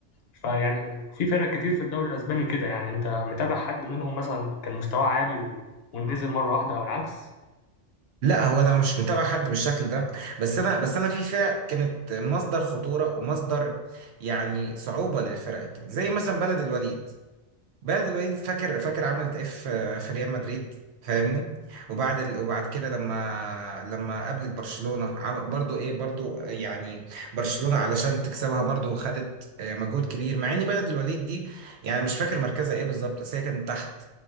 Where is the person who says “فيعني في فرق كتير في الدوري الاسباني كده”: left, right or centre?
Left